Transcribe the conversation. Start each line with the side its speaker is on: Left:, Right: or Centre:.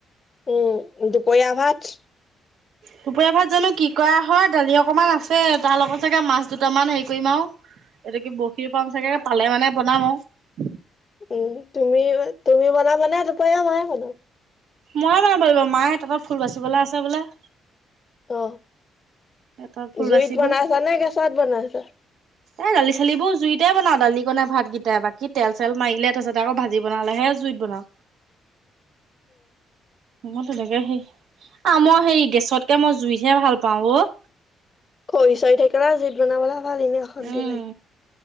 Left: উম, দুপৰীয়া ভাত
Right: দুপৰীয়া ভাত জানো কি কৰা হয় দালি অকণমান আছে তাৰ লগত চাগে মাছ দুটামান হেৰি কৰিম আৰু। এইটো কি বৰশীৰ পাম চাগে পালে মানে বনাম আৰু।
Left: উম তুমি তুমি বনানা মানে দেউতা মায়ে খাব।
Right: ময়ে বানাব পাৰিব মায়ে তাত ফুল বাচিবলৈ আছে বোলে।
Left: অ,
Right: তাঁতত ফুল
Left: জুইত
Right: বাচিব
Left: বনাইছা নে গেছত বনাইছা।
Right: এই দালি চালিবোৰ জুইতেই বনাও দালি কণাই ভাতকেইটাই বাকী তেল চেল মাৰিলে তাৰপছতে আকৌ ভিনালেহে জুইত বনাও।
Left: উ <inaudible>
Right: মই তেনেকে সি আ, মই হে গেছতকে মই জুইতহে ভাল পাও অ',
Left: কৰি চৰি থাকিলা জিদ বনাবলৈ ভাল এনে অশান্ত
Right: উম
Left: লৈ।